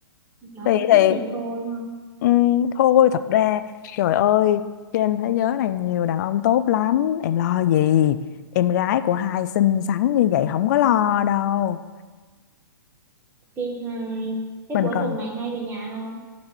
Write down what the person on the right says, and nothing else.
nó
không thích
thì thôi không
đi hai cái
cuối
tuần này hai về nhà không